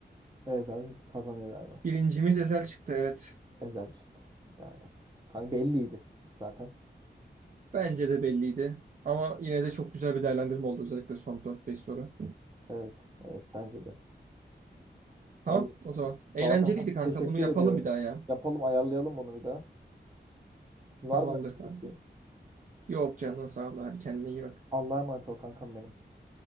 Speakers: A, on the right; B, on the right.
A: Ezel kazanıyor galiba.
B: Birincimiz Ezel çıktı evet.
A: Ezel çıktı. Yani. Kanka belliydi zaten.
B: Bence de belliydi. Ama yine de çok güzel bir değerlendirme oldu özellikle son dört beş soru.
A: Evet. Evet bence de.
B: Tamam
A: Vallahi,
B: o zaman. Eğlenceliydi
A: vallahi kankam
B: kanka.
A: teşekkür
B: Bunu yapalım
A: ediyorum.
B: bir daha ya.
A: Yapalım ayarlayalım bunu bir daha. Şimdi var
B: Tamamdır
A: mı benden
B: kanka.
A: bir isteğin?
B: Yok canın sağ ol. Hadi kendine iyi bak.
A: Allah'a emanet ol kankam benim.